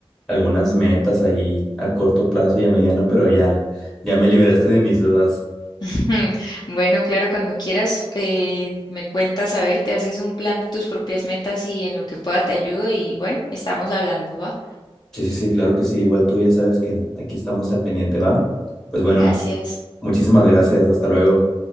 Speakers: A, in the centre; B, on the left (about 40°).
A: algunas metas ahí a corto plazo y a mediano, pero ya, ya me liberaste de mis dudas.
B: <laughs> Bueno, claro, cuando quieras, eh, me cuentas, a ver, te haces un plan de tus propias metas y en lo que pueda te ayudo y bueno, estamos hablando, ¿va?
A: Sí, sí, sí, claro que sí. Igual tú ya sabes que aquí estamos al pendiente, ¿va? Pues bueno,
B: Gracias.
A: muchísimas gracias. Hasta luego.